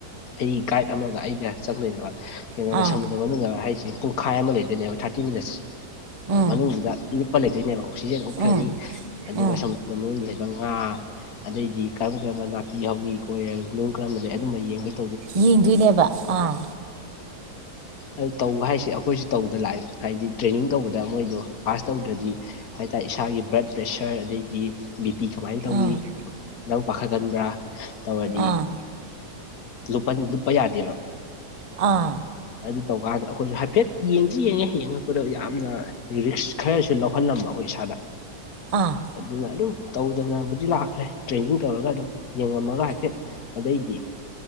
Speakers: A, on the left; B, on the right.
A: ꯑꯩꯒꯤ ꯒꯥꯏꯗ ꯑꯃꯒ ꯑꯩꯒ ꯆꯪꯗꯣꯏꯅꯦꯕ ꯀꯩꯅꯣꯗ
B: ꯑꯥ
A: ꯁ ꯑꯗꯣ ꯃꯅꯨꯡꯗ ꯍꯥꯏꯁꯦ ꯄꯨꯡꯈꯥꯏ ꯑꯃ ꯂꯩꯗꯣꯏꯅꯦꯕ ꯊꯥꯔꯇꯤ ꯃꯤꯅꯠꯁ
B: ꯎꯝ
A: ꯃꯅꯨꯡꯗꯨꯗ ꯏꯔꯨꯞꯄ ꯂꯩꯗꯣꯏꯅꯦꯕ ꯑꯣꯛꯁꯤꯖꯦꯟ ꯎꯞꯈ꯭ꯔꯅꯤ
B: ꯎꯝ
A: ꯑꯗꯨꯒ
B: ꯎꯝ
A: ꯁꯣꯝꯗ ꯃꯅꯨꯡꯗ ꯂꯩꯕ ꯉꯥ ꯑꯗꯩꯗꯤ ꯀꯔꯝ ꯀꯔꯝꯕ ꯅꯥꯄꯤ ꯍꯥꯎꯋꯤ ꯀꯣꯏꯔꯦꯜ ꯅꯨꯡ ꯀꯔꯝꯕ ꯂꯩ ꯑꯗꯨꯝꯕ ꯌꯦꯡꯕꯁꯤ
B: ꯌꯦꯡꯗꯣꯏꯅꯦꯕ ꯑꯥ
A: ꯑꯗꯨ ꯇꯧꯕ ꯍꯥꯏꯁꯦ ꯑꯩꯈꯣꯏꯁꯨ ꯇꯧꯗ ꯂꯥꯛꯑꯦ ꯍꯥꯏꯗꯤ ꯇ꯭ꯔꯦꯅꯤꯡ ꯇꯧꯕꯗ ꯃꯣꯏꯗꯣ ꯄꯥꯁ ꯇꯧꯗ꯭ꯔꯗꯤ ꯍꯥꯏ ꯇꯔꯦ ꯏꯁꯥꯒꯤ ꯕ꯭ꯂꯠ ꯄ꯭ꯔꯦꯁꯔ ꯑꯗꯩꯗꯤ ꯕꯤꯄꯤ ꯀꯃꯥꯏꯅ ꯇꯧꯋꯤ
B: ꯑꯥ
A: ꯅꯪ ꯄꯥꯈꯠꯀꯟꯕ꯭ꯔꯥ ꯇꯧꯔꯗꯤ
B: ꯑꯥ
A: ꯂꯨꯄꯥ ꯂꯨꯄꯥ ꯌꯥꯗꯦꯕ
B: ꯑꯥ
A: ꯑꯗꯨ ꯇꯧꯀꯥꯟꯗ ꯑꯩꯈꯣꯏꯁꯨ ꯍꯥꯏꯐꯦꯠ ꯌꯦꯡꯗꯤ ꯌꯦꯡꯉꯦ ꯌꯦꯡꯉꯛꯄꯗ ꯌꯥꯝꯅ ꯔꯤꯛꯁ ꯈꯔꯁꯨ ꯂꯧꯍꯜꯂꯝꯕ ꯑꯩꯈꯣꯏ ꯏꯁꯥꯗ
B: ꯑꯥ
A: ꯑꯗꯨꯅ ꯑꯗꯨꯝ ꯇꯧꯗꯅꯕꯨꯗꯤ ꯂꯥꯛꯈ꯭ꯔꯦ ꯇ꯭ꯔꯦꯅꯤꯡ ꯇꯧꯔꯒ ꯑꯗꯨꯝ ꯌꯦꯡꯉꯝꯃꯒ ꯍꯥꯏꯐꯦꯠ ꯑꯗꯩꯗꯤ